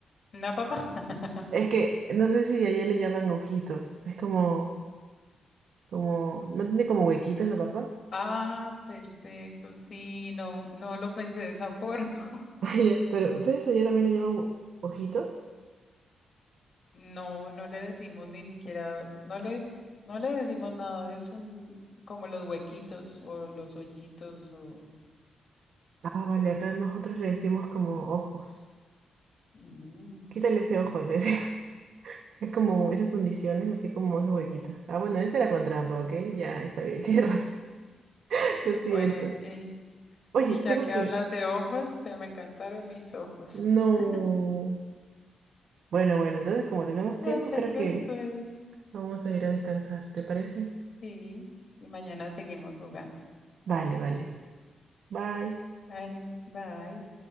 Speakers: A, on the left; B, on the right.
A: ¿Una papa? <laughs>
B: Es que no sé si allá le llaman ojitos. Es como, como, no tiene como huequitos la papa.
A: Ah, perfecto. Sí, no, no lo pensé de esa forma.
B: <laughs>
A: <laughs>
B: Allá, pero ustedes allá también le llaman hue- ojitos.
A: No, no le decimos ni siquiera, no le, no le decimos nada. Es un, como los huequitos o los hoyitos o...
B: Ah, vale, acá nosotros le decimos como ojos.
A: Mm.
B: Quítale ese ojo, le decimos. <laughs> Es como esas hundiciones, así como esos huequitos. Ah, bueno, ese era con trampa, ¿ok? Ya, está bien, <laughs> tienes razón. Lo
A: Bueno,
B: siento.
A: eh,
B: Oye,
A: Y
B: tengo
A: ya que
B: que...
A: hablas de ojos, se me cansaron mis ojos.
B: No.
A: <laughs>
B: Bueno, bueno, entonces como tenemos
A: Ya
B: tiempo,
A: tengo
B: creo que
A: sueño.
B: Vamos a ir a descansar, ¿te parece?
A: Sí. Y mañana seguimos jugando.
B: Vale, vale. Bye.
A: Vale, bye.